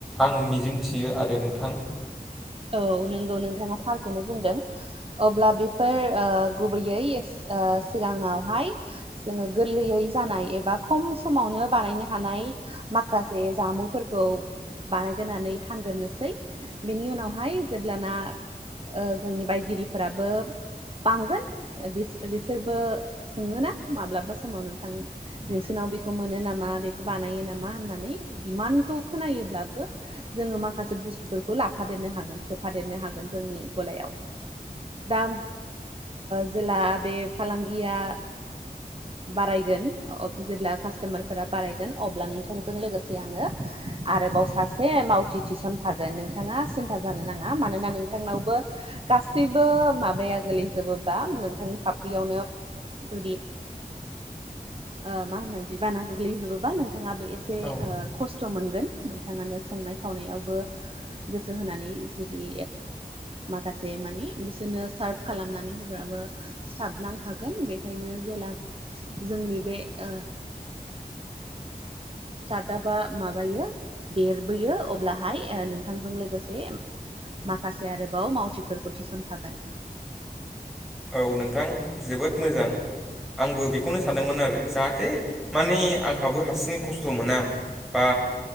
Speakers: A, in the centre; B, on the right.
A: आं मिजिं थियो आरो नोंथां।
B: औ नंगौ नोंथाङा थारखौनो बुंदों। अब्ला बेफोर ओ गुबैयै ओ सिगाङावहाय जोङो गोरलैयै जानाय एबा खम समावनो बानायनो हानाय माखासे जामुफोरखौ बानायग्रोनानै फानग्रोनोसै बेनि उनाव हाय जेब्लाना ओ जोंनि बायगिरिफोराबो बांगोन ओ बिसोरबो सोङोना माब्लाबा समाव नोंथां नोंसोरनाव बेखौ मोनो नामा बेखौ बानायो नामा होननानै डिमान्डखौ खोनायोब्लाबो जोङो माखासे बुस्थुफोरखौ लाफादेरनो हागोन सोफादेरनो हागोन जोंनि गलायाव। दा जेला बे फालांगिया बारायगोन अब जेब्ला कास्टमार फोरा बारायगोन अब्ला नोंथांजों लोगोसे आङो आरोबाव सासे मावथि थिसनफा गोन नोंथाङा सिन्था जानो नाङा मानोना नोंथांनावबो गा सिबबो माबाया गोलैजोबोबा नोंथांनि फाफ्लियावनो जुदि ओ मा होनदों बिबाना गोग्लैजोबोबा नोंथाङाबो एसे से
A: औ
B: ओ खस्थ' मोनगोन नोंथाङानो संनाय खावनायावबो जो होनानै जुदि माखासे मानि बिसोरनो सार्भ खालामनानै होग्राबो सिथाबलांखागोन बेखायनो जेला जोंनि बे ओ
A: <inaudible>
B: स्टार्टआपा माबायो देरबोयो अब्लाहाय ओ नोंथांजों लोगो गोसे माखासे आरोबाव मावथिफोरखौ थिसनफागोन।
A: औ नोंथां जोबोद मोजां। आंबो बेखौनो सानदोंमोन आरो जाहाथे माने आंहाबो हारसिङै खस्थ' मोना। बा